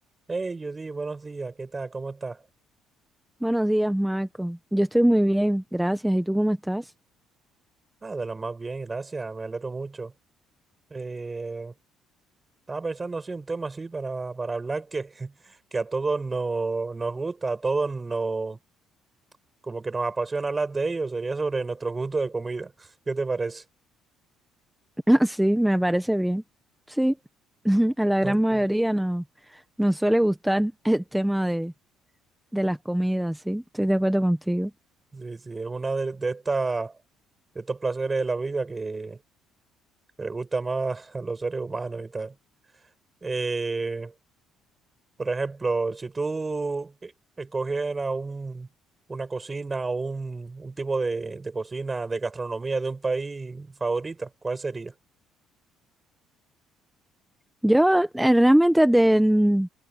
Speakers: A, on the right; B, in the centre.
A: Hey Judy, buenos días, ¿qué tal? ¿Cómo estás?
B: Buenos días, Marco. Yo estoy muy bien, gracias. ¿Y tú cómo estás?
A: Ah, de lo más bien, gracias, me alegro mucho. Eh, estaba pensando así un tema así para, para hablar que, <laughs> que a todos nos, nos gusta, a todos nos como que nos apasiona hablar de ello, sería sobre nuestros gustos de comida. <laughs> ¿Qué te parece? <laughs>
B: <laughs> Ah, sí, me parece bien. Sí, <laughs> a la gran
A: Ok.
B: mayoría no nos suele gustar <laughs> el tema de, de las comidas, sí, estoy de acuerdo contigo.
A: Sí, sí, es una de, de estas de estos placeres de la vida que, que le gusta más <laughs> a los seres humanos y tal. Eh, Por ejemplo, si tú eh, escogieras un, una cocina o un, un tipo de, de cocina, de gastronomía de un país favorita, ¿cuál sería?
B: Yo eh, realmente de,